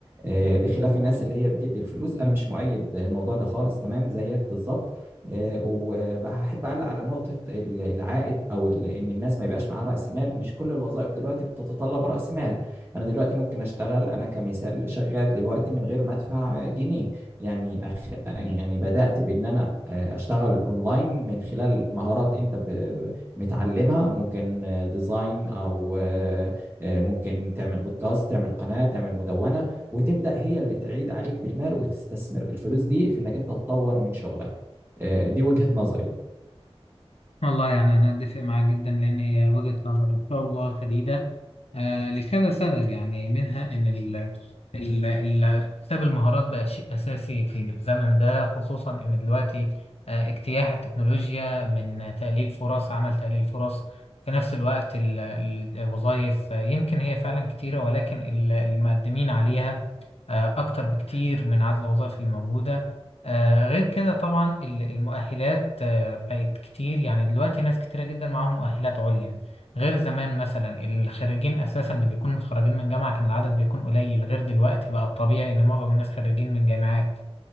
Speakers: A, on the right (about 20°); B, on the left (about 70°).
A: آه، بخلاف الناس اللي هي بتدي الفلوس أنا مش مؤيد الموضوع ده خالص تمام زيك بالظبط آه، وبحب أعلق على نقطة ال- العائد أو ال- إن الناس ما يبقاش معاها رأس مال مش كل الوظائف دلوقتي بتتطلب رأس مال أنا دلوقتي ممكن أشتغل أنا كمثال شغال دلوقتي من غير ما أدفع جنيه يعني أخ... يعني بدأت بإن أنا آه، أشتغل أونلاين من خلال مهارات أنت ب... متعلمها ممكن آه، ديزاين أو آه، آه، ممكن تعمل بودكاست تعمل قناة تعمل مدونة وتبدأ هي اللي تعيد عليك بالمال وتستثمر الفلوس دي في إنك أنت تطور من شغلك آه، دي وجهة نظري
B: والله يعني أنا أتفق معاك جدا لأن هي وجهة نظر إن شاء الله سديدة آه، لكذا سبب يعني منها إن ال ال- ال- اكتساب المهارات بقى شيء أساسي في الزمن ده خصوصا إن دلوقتي آه، اجتياح التكنولوجيا من تقليل فرص عمل تقليل فرص في نفس الوقت ال- ال- الوظائف آه، يمكن هي فعلا كتيرة ولكن ال- المقدمين عليها آه، أكتر بكتير من عدد الوظائف اللي موجودة آه، غير كده طبعا ال- المؤهلات آه، بقت كتير يعني دلوقتي ناس كتيرة جدا معاهم مؤهلات عليا غير زمان مثلا الخريجين اساسا اللي بيكونوا متخرجين من جامعه كان العدد بيكون قليل غير دلوقتي بقى الطبيعي ان معظم الناس خريجين من جامعات